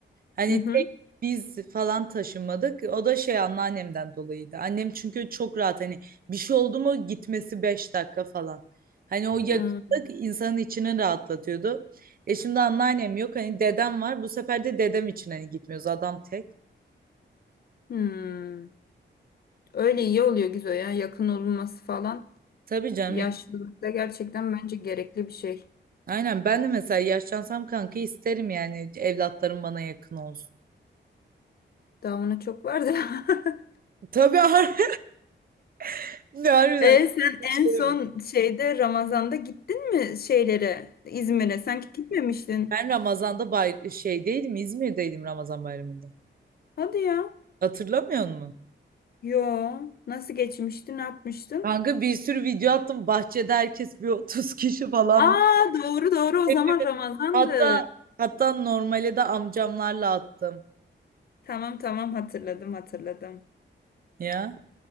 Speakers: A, on the right (about 50°); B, on the left (about 55°).
A: Hani
B: Hı hı.
A: tek biz falan taşınmadık. O da şey anneannemden dolayıydı. Annem çünkü çok rahat hani bir şey oldu mu gitmesi 5 dakika falan. Hani o yakınlık
B: Ha,
A: insanın içini rahatlatıyordu. E şimdi anneannem yok hani dedem var. Bu sefer de dedem için hani gitmiyoruz adam tek.
B: Hmm. Öyle iyi oluyor Gizo ya. Yakın olunması falan.
A: Tabii canım.
B: Yaşlılıkta gerçekten bence gerekli bir şey.
A: Aynen ben de mesela yaşlansam kanka isterim yani evlatlarım bana yakın olsun.
B: Daha buna çok var da. <laughs>
A: Tabii har- <laughs> ne harbiden.
B: E sen en
A: Şöyle
B: son
A: bak.
B: şeyde Ramazan'da gittin mi şeylere İzmir'e? Sanki gitmemiştin.
A: Ben Ramazan'da bay şeydeydim İzmir'deydim Ramazan bayramında.
B: Hadi ya.
A: Hatırlamıyor musun?
B: Yo. Nasıl geçmişti? Ne yapmıştın?
A: Kanka bir sürü video attım bahçede herkes bir 30 kişi falan
B: Aa
A: var.
B: doğru doğru o
A: Hepimiz-
B: zaman Ramazan'dı.
A: Hatta hatta normale de amcamlarla attım
B: Tamam tamam hatırladım hatırladım.
A: ya.